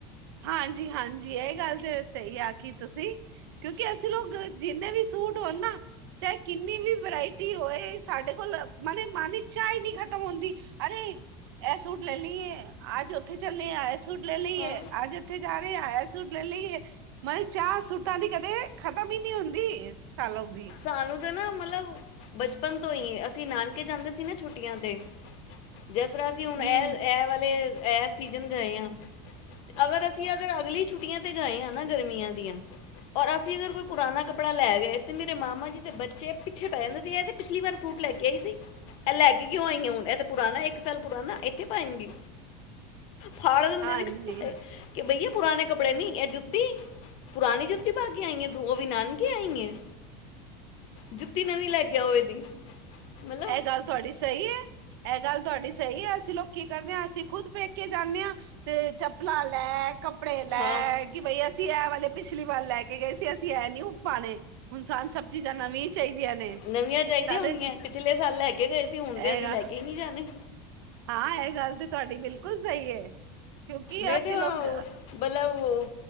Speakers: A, on the right; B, on the left.
A: ਹਾਂਜੀ-ਹਾਂਜੀ ਇਹ ਗੱਲ ਤੇ ਸਹੀ ਆਖੀ ਤੁਸੀਂ ਕਿਉਂਕਿ ਅਸੀਂ ਲੋਕ ਜਿੰਨੇ ਵੀ ਸੂਟ ਹੋਣ ਨਾ ਚਾਹੇ ਕਿੰਨੀ ਵੀ ਵਰਾਇਟੀ ਹੋਵੇ ਸਾਡੇ ਕੋਲ ਮਨ ਮਨ ਦੀ ਚਾਹ ਨਹੀਂ ਖਤਮ ਹੁੰਦੀ ਅਰੇ ਇਹ ਸੂਟ ਲੈ ਲਈਏ, ਅੱਜ ਉੱਥੇ ਚੱਲੇ ਆ ਇਹ ਸੂਟ ਲੈ ਲਈਏ
B: ਹਾਂ
A: ਅੱਜ ਇੱਥੇ ਜਾ ਰਹੇ ਆ ਏ ਸੂਟ ਲੈ ਲਈਏ ਮਨ ਚ ਚਾਹ ਸੂਟਾਂ ਦੀ ਕਦੇ ਖਤਮ ਹੀ ਨਹੀਂ ਹੁੰਦੀ ਸਾਨੂੰ ਵੀ
B: ਸਾਨੂੰ ਤਾਂ ਨਾ ਮਤਲਬ ਬਚਪਨ ਤੋਂ ਹੀ ਹੈ, ਅਸੀਂ ਨਾਨਕੇ ਜਾਂਦੇ ਸੀ ਨਾ ਛੁੱਟੀਆਂ ਤੇ ਜਿਸ ਤਰ੍ਹਾਂ ਅਸੀਂ ਹੁਣ
A: ਹੂੰ
B: ਇਹ-ਇਹ ਵਾਲੇ ਐ ਸੀਜ਼ਨ ਗਏ ਹਾਂ ਅਗਰ ਅਸੀਂ ਅਗਰ ਅਗਲੀ ਛੁੱਟੀਆਂ ਤੇ ਗਾਏ ਹਾਂ ਨਾ ਗਰਮੀਆਂ ਦੀਆਂ ਔਰ ਅਸੀਂ ਅਗਰ ਕੋਈ ਪੁਰਾਣਾ ਕੱਪੜਾ ਲੈ ਗਏ ਮੇਰੇ ਮਾਮਾ ਜੀ ਦੇ ਬੱਚੇ ਪਿੱਛੇ ਪੈ ਜਾਂਦੇ ਸੀ ਆ ਤੇ ਪਿਛਲੀ ਵਾਰ ਸੂਟ ਲੈ ਕੇ ਆਈ ਸੀ ਇਹ ਲੈ ਕੇ ਕਿਉਂ ਆਈਆਂ ਹੁਣ ਇਹ ਤਾਂ ਪੁਰਾਣਾ ਇੱਕ ਸਾਲ ਪੁਰਾਣਾ ਇੱਥੇ ਪਾਏਂਗੀ ਫਾੜ
A: ਹਾਂਜੀ-ਹਾਂਜੀ-ਹਾਂਜੀ-ਹਾਂਜੀ
B: ਦਿੰਦੇ ਨੇ ਕਿ ਭਈਆ ਪੁਰਾਣੇ ਕੱੜੇ ਨਹੀਂ ਇਹ ਜੁੱਤੀ ਪੁਰਾਣੀ ਜੁੱਤੀ ਪਾ ਕੇ ਆਈ ਹੈ ਤੁ ਉਵੀ ਨਾਨਕੇ ਆਈ ਹੈ ਜੁੱਤੀ ਨਵੀਂ ਲੈ ਕੇ ਆਓ ਇਹਦੀ ਮਤਲਬ
A: ਇਹ ਗੱਲ ਤੁਹਾਡੀ ਸਹੀ ਹੈ ਇਹ ਗੱਲ ਤੁਹਾਡੀ ਸਹੀ ਹੈ। ਅਸੀਂ ਲੋਕੀ ਕਰਦੇ ਹਾਂ ਅਸੀਂ ਖੁਦ ਪੇਕੇ ਜਾਂਦੇ ਹਾਂ। ਤੇ ਚੱਪਲਾਂ ਲੈ, ਕੱਪੜੇ ਲੈ,
B: ਹਾਂ
A: ਕਿ ਬਈ ਅਸੀਂ ਅਸੀਂ ਇਹ ਵਾਲੇ ਪਿਛਲੀ ਵਾਰ ਲੈ ਕੇ ਗਏ ਸੀ ਅਸੀਂ ਇਹਂ ਨੀ ਪਾਉਣੇ ਹੁਣ ਸਾਨੂੰ ਸਭ ਚੀਜ਼ਾਂ ਨਵੀਂ ਚਾਹੀਦੀਆਂ ਨੇ
B: ਨਵੀਆਂ ਚਾਹੀਦੀਆਂ
A: ਸਾਡੇ
B: ਹੁੰਦੀਆਂ ਪਿਛਲੇ ਸਾਲ ਲੈਕੇ ਗਏ ਸੀ, ਹੁਣ
A: ਇਹ
B: ਤੇ ਅਸੀਂ
A: ਗ
B: ਲੈਕੇ ਹੀ ਨਹੀਂ ਜਾਣੇ।
A: ਹਾਂ, ਐ ਗੱਲ ਤੇ ਤੁਹਾਡੀ ਬਿਲਕੁਲ ਸਹੀ ਹੈ। ਕਿਉਂਕਿ
B: ਮੈਂ
A: ਅਸੀਂ
B: ਤੇ ਮਤਲਬ
A: ਲੋਕ
B: ਉਹ